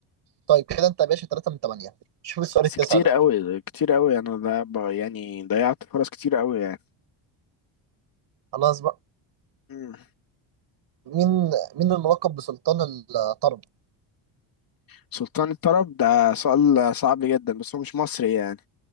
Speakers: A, on the right (about 60°); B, on the left (about 45°).
A: طيب كده انت يا باشا 3 من 8 شوف السؤال
B: بس
A: التاسع
B: كتير
A: ده
B: قوي كتير قوي انا ده ب- يعني ضيعت فرص كتير قوي يعني
A: خلاص بقى
B: مم.
A: مين مين الملقب بسلطان الطرب
B: سلطان الطرب ده سؤال صعب جدا بس هو مش مصري يعني